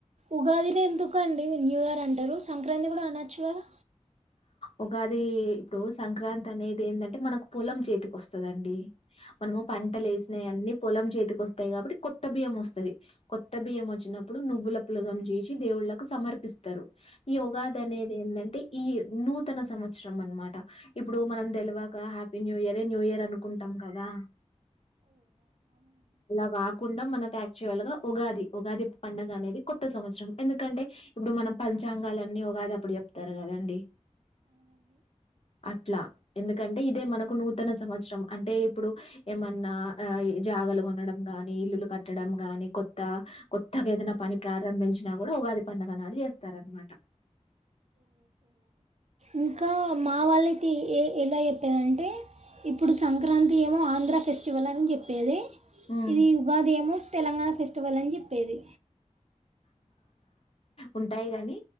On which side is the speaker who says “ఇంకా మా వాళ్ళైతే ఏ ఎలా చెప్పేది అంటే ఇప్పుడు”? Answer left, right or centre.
Right